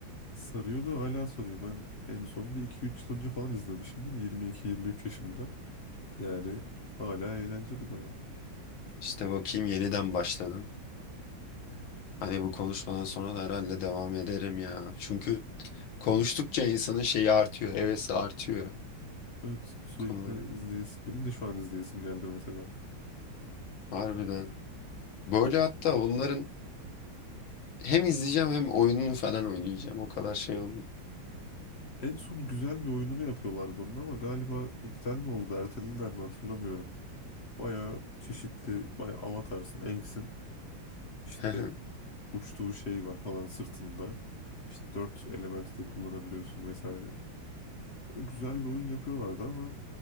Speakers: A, on the left; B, on the left.
A: Sarıyordu hala sarıyor. Ben en son bir iki üç yıl önce falan izlemişimdir. yirmi iki yirmi üç yaşımda. Yani hala eğlenceli baya.
B: İşte bakayım yeniden başladım. Hani bu konuşmadan sonra da herhalde devam ederim ya. Çünkü konuştukça insanın şeyi artıyor, hevesi artıyor
A: Evet sürekli
B: konuları.
A: izleyesim. Benim de şu an izleyesim geldi mesela.
B: Harbiden. Böyle hatta bunların hem izleyeceğim hem oyununu falan oynayacağım. O kadar şey oldu.
A: En son güzel bir oyununu yapıyorlardı onun ama galiba iptal mi oldu, ertelediler mi hatırlamıyorum. Baya çeşitli, baya Avatar'sın, Aang'sin. İşte
B: <laughs>
A: uçtuğu şey var falan sırtında. İşte dört elementi de kullanabiliyorsun vesaire. Güzel bir oyun yapıyorlardı ama